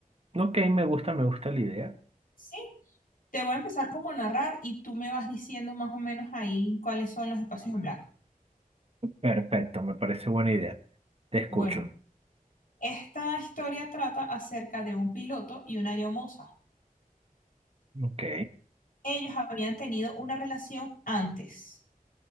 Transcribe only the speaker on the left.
¿Sí? Te voy a empezar como a narrar y tú me vas diciendo más o menos ahí cuáles son los espacios en blanco.
Bueno, esta historia trata acerca de un piloto y una aeromoza.
Ellos habían tenido una relación antes,